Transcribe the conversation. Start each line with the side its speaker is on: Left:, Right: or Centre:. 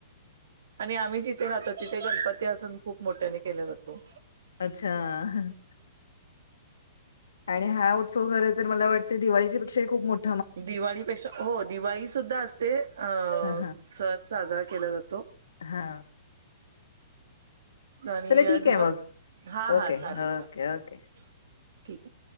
Right: आणि आम्ही जिथे राहतो तिथे गणपती अजुन खूप मोठ्याने केला जातो.
Left: अच्छा! आणि हा उत्सव खर तर मला वाटतं दिवाळीच्या पेक्षाही खूप मोठ्ठ
Right: दिवाळीपेक्षा हो दिवाळी सुद्धा असते अ.
Left: हा
Right: सण साजरा केला जातो.
Left: हा.
Right: आणि
Left: चला ठीक
Right: दिव
Left: आहे मग.
Right: हा
Left: ओके,
Right: हा
Left: ओके,
Right: चालेल चालेल
Left: ओके.
Right: ठीक आहे.